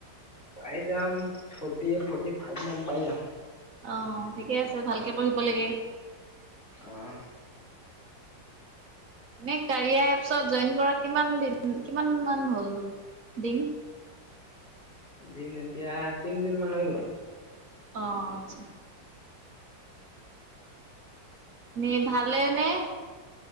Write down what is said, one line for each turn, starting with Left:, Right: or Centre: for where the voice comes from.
Left: পাই যাম, ফৰ্টি, ফৰ্টি ফাইভ মান পাই যাম।
Right: অ', ঠিকে আছে ভালকে পঢ়িব লাগে।
Left: আহ।
Right: এনে কাৰিয়া ত জইন কৰা কিমান দিন কিমান মান হ'ল দিন।
Left: দিন এতিয়া তিনদিন মান হৈ গ'ল।
Right: অ', আচ্ছা। নি ভালে নে?